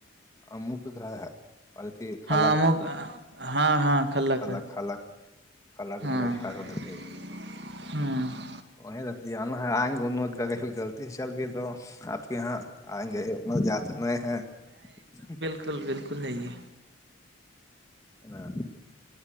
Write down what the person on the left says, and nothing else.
اموک گھر ہے پالٹی خال
کا
خالا
خال ال الگ
م الگ ہو ہے
وہتی ا ہگ انلتی شل آپ کے یہاں آئیں گے منا جا کر ہیں <unintelligible>
ہ